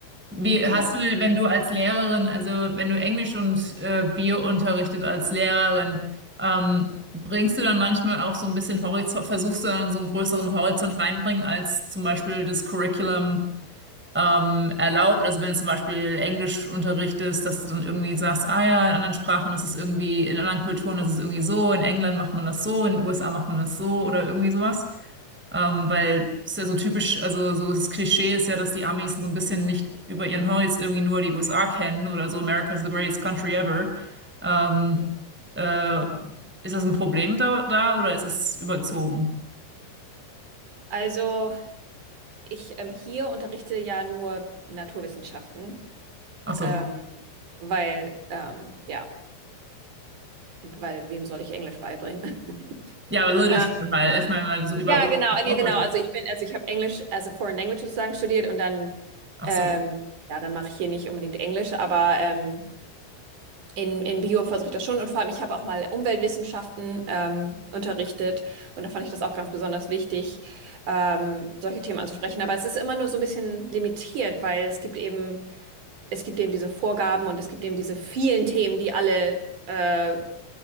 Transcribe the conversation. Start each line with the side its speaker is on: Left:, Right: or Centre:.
Centre: Wie hast
Right: Ja.
Centre: du, wenn du als Lehrerin, also wenn du Englisch und äh, Bio unterrichtet als Lehrerin, ähm, bringst du dann manchmal auch so ein bisschen Horizont, versuchst du dann so einen größeren Horizont reinbringen, als zum Beispiel das Curriculum ähm, erlaubt? Also wenn du zum Beispiel Englisch unterrichtest, dass du dann irgendwie sagst, ah ja, in anderen Sprachen ist es irgendwie, in anderen Kulturen ist es irgendwie so, in England macht man das so, in den USA macht man das so oder irgendwie sowas. Ähm, weil es ist ja so typisch, also so das Klischee ist ja, dass die Amis so ein bisschen nicht über ihren Horizont irgendwie nur die USA kennen oder so America's the greatest country ever. Ähm,
Right: Ja.
Centre: äh, ist das ein Problem da, da oder ist es überzogen?
Right: Also ich ähm, hier unterrichte ja nur Naturwissenschaften,
Centre: Ach so.
Right: ähm, weil ähm, ja, weil wem soll ich Englisch beibringen? <laughs>
Centre: Ja, aber Literature
Right: Äh,
Centre: halt. Ich meine, weil so wie bei
Right: ja,
Centre: uns.
Right: genau,
Centre: in Deutschland.
Right: ja, genau. Also ich bin, also ich habe Englisch also Foreign Language sozusagen studiert und dann
Centre: Ach
Right: ähm,
Centre: so.
Right: ja, dann mache ich hier nicht unbedingt Englisch, aber ähm, In, in Bio versuche ich das schon und vor allem, ich habe auch mal Umweltwissenschaften ähm, unterrichtet und da fand ich das auch ganz besonders wichtig, ähm, solche Themen anzusprechen. Aber es ist immer nur so ein bisschen limitiert, weil es gibt eben, es gibt eben diese Vorgaben und es gibt eben diese vielen Themen, die alle äh,